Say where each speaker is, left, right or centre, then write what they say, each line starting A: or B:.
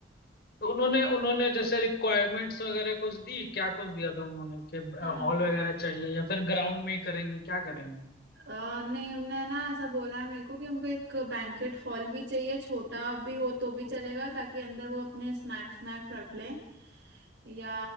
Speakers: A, on the left (about 55°); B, on the right (about 60°).
A: तो उन्होंने उन्होंने जैसे रिक्वायरमेंट्स वगैरह कुछ दी क्या कुछ दिया था उन्होंने कि
B: अ,
A: हॉल वगैरह चाहिए या फिर ग्राउंड में ही करेंगे क्या करेंगे
B: अ, नहीं उनने ना ऐसा बोला है मेरे को कि उनको एक बैंकेट हॉल भी चाहिए छोटा भी हो तो भी चलेगा ताकि अंदर वो अपने स्नैक्स स्नैक्स रख लें या